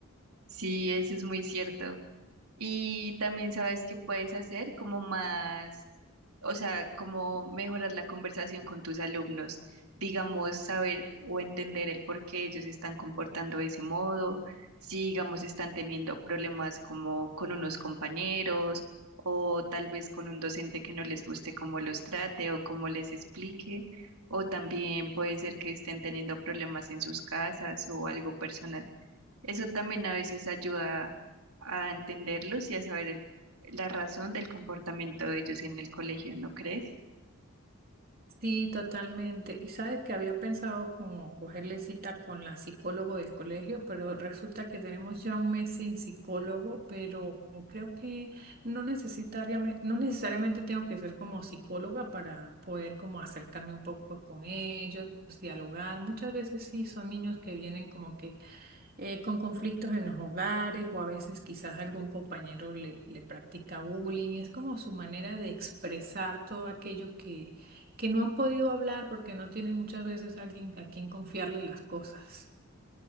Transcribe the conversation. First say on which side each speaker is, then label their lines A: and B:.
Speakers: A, on the right (about 85°); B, on the right (about 40°).
A: sí, eso es muy cierto. Y también sabes que puedes hacer como más, o sea, como mejorar la conversación con tus alumnos, digamos, saber o entender el por qué ellos se están comportando de ese modo, si, digamos, están teniendo problemas como con unos compañeros o tal vez con un docente que no les guste cómo los trate o cómo les explique, o también puede ser que estén teniendo problemas en sus casas o algo personal. Eso también a veces ayuda a entenderlos y a saber el- la razón del comportamiento de ellos en el colegio, ¿no crees?
B: Sí, totalmente. Y sabes que había pensado como cogerle cita con la psicólogo del colegio, pero resulta que tenemos ya un mes sin psicólogo, pero creo que no necesariamente, no necesariamente tengo que ser como psicóloga para poder como acercarme un poco con ellos, dialogar. Muchas veces sí son niños que vienen como que eh, con conflictos en los hogares o a veces quizás algún compañero le, le practica bullying. Y Es como su manera de expresar todo aquello que, que no han podido hablar porque no tienen muchas veces alguien a quien confiarle las cosas.